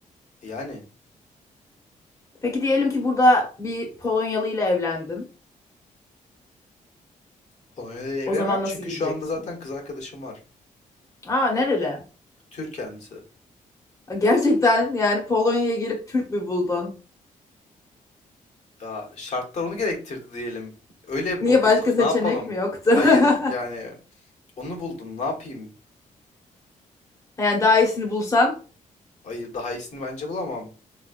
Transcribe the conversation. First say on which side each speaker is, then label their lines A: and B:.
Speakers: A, on the left; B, on the left.
A: Yani
B: Peki diyelim ki burada bir Polonyalı ile evlendin.
A: Polonya'da evlenemem
B: O zaman nasıl
A: çünkü
B: gideceksin?
A: şu anda zaten kız arkadaşım var.
B: Aa nereli?
A: Türk kendisi.
B: Gerçekten yani Polonya'ya gelip Türk mü buldun?
A: Ya şartlar onu gerektirdi diyelim. Öyle
B: Niye
A: bulduk.
B: başka seçenek
A: Ne yapalım?
B: mi yoktu?
A: Hayır
B: <laughs>
A: yani onu buldum. Ne yapayım?
B: Yani daha iyisini bulsan
A: Hayır daha iyisini bence bulamam.